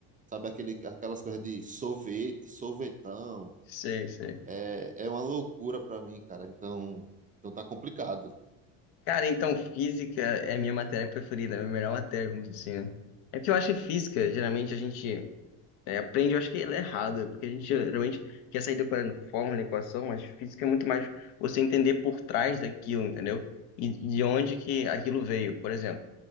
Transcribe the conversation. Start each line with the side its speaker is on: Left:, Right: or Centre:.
Right: Sabe aquele, aquelas coisas de sorvete, sorvetão.
Left: Sei, sei.
Right: É, é uma loucura pra mim, cara. Então, então tá complicado.
Left: Cara, então física é a minha matéria preferida, é a minha melhor matéria, vamos dizer assim, né? É porque eu acho que física, geralmente a gente é, aprende, eu acho que ela é errada, porque a gente geralmente quer sair decorando fórmula, equação, mas física é muito mais você entender por trás daquilo, entendeu? E de onde que aquilo veio, por exemplo.